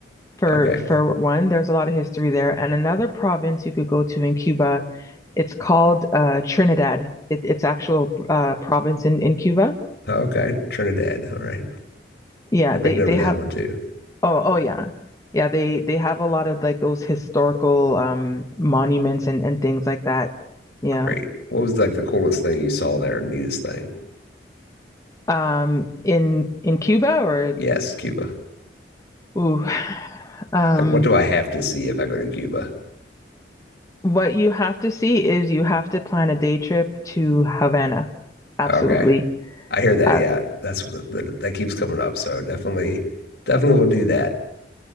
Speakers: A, on the left; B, on the left.
A: for
B: Okay.
A: for one. There's a lot of history there, and another province you could go to in Cuba It's called uh, Trinidad. It, it's actual uh, province in, in Cuba.
B: Okay. Trinidad. All right.
A: Yeah,
B: To make
A: they
B: note
A: they
B: of
A: have.
B: that one too.
A: Oh, oh yeah, yeah. They they have a lot of like those historical um, monuments and, and things like that. Yeah.
B: Great. What was like the coolest thing you saw there, neatest thing?
A: Um, in in Cuba or
B: Yes, Cuba.
A: ooh, <sighs> um,
B: Like what do I have to see if I go to Cuba?
A: what you have to see is you have to plan a day trip to Havana. Absolutely.
B: Okay. I hear that.
A: Uh,
B: Yeah, that's what- that, that keeps coming up. So definitely, definitely will do that.